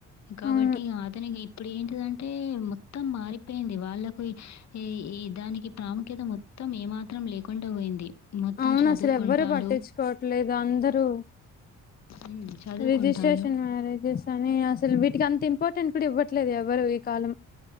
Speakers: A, on the left; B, on the left.
A: కాబట్టి
B: అవును
A: అతనికి ఇప్పుడు ఏంటిదంటే మొత్తం మారిపోయింది వాళ్ళకు ఈ ఈ దానికి ప్రాముఖ్యత మొత్తం ఏమాత్రం లేకుండా పోయింది మొత్తం
B: అవును
A: చదువుకుంటాళ్ళు
B: అసలు ఎవ్వరు పట్టించుకోవట్లేదు అందరూ
A: హ్మ్. చదువుకుంటాళ్ళు.
B: రిజిస్ట్రేషన్ మ్యారేజెస్ అని అసలు వీటికి అంత ఇంపార్టెంట్ కూడా ఇవ్వట్లేదు ఎవరు ఈ కాలం